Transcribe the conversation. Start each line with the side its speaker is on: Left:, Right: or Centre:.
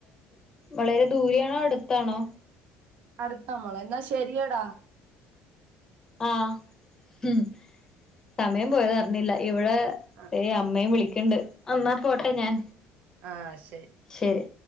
Left: വളരെ ദൂരയാണോ അടുത്താണോ.?
Right: അടുത്താ മോളെ എന്നാ ശരിയടാ.
Left: ആഹ് ഉം സമയം പോയത് അറിഞ്ഞില്ല. ഇവളെ
Right: ആ
Left: അമ്മയും വിളിക്ക്ണ്ട് എന്നാ പോട്ടെ ഞാൻ
Right: ആഹ് ശരി.
Left: ശരി.